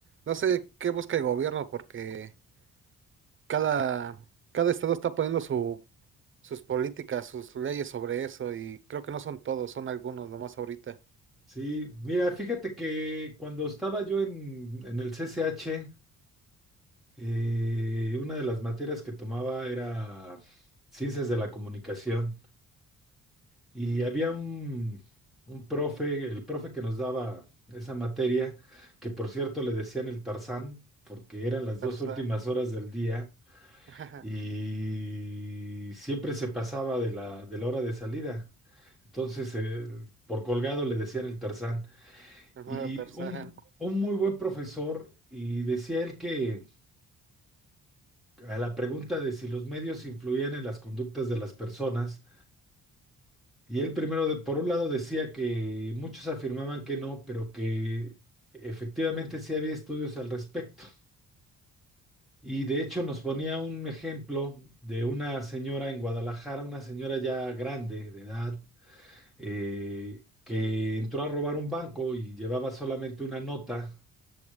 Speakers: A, on the right; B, in the centre.
A: No sé qué busca el gobierno porque cada, cada estado está poniendo su, sus políticas, sus leyes sobre eso, y creo que no son todos, son algunos nomás ahorita.
B: Sí, mira, fíjate que cuando estaba yo en, en el CCH, eh, una de las materias que tomaba era ciencias de la comunicación y había un, un profe, el profe que nos daba esa materia, que por cierto le decían el Tarzán, porque eran las
A: Tarzán,
B: dos últimas horas del día
A: <laughs>
B: y siempre se pasaba de la, de la hora de salida. Entonces, eh, por colgado le decían el Tarzán.
A: el
B: Y
A: nuevo Tarzán.
B: un, un muy buen profesor, y decía él que a la pregunta de si los medios influían en las conductas de las personas, y él primero, de- por un lado, decía que muchos afirmaban que no, pero que efectivamente sí había estudios al respecto. Y de hecho nos ponía un ejemplo de una señora en Guadalajara, una señora ya grande de edad, eh, que entró a robar un banco y llevaba solamente una nota